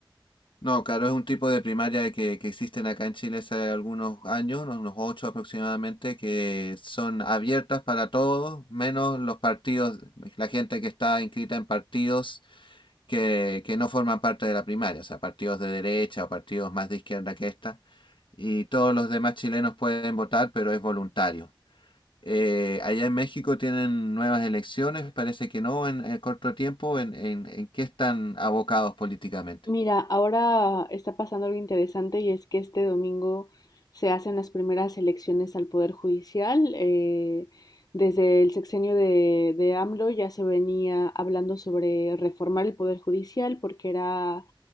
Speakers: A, on the left; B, on the left.
A: No, claro, es un tipo de primaria que, que existen acá en Chile hace algunos años, unos ocho aproximadamente, que son abiertas para todos, menos los partidos, la gente que está inscrita en partidos que, que no forman parte de la primaria, o sea, partidos de derecha o partidos más de izquierda que esta, y todos los demás chilenos pueden votar, pero es voluntario. Eh, allá en México tienen nuevas elecciones, parece que no en, en corto tiempo, ¿en, en, en qué están abocados políticamente?
B: Mira, ahora está pasando algo interesante y es que este domingo se hacen las primeras elecciones al Poder Judicial. eh, desde el sexenio de, de AMLO ya se venía hablando sobre reformar el Poder Judicial porque era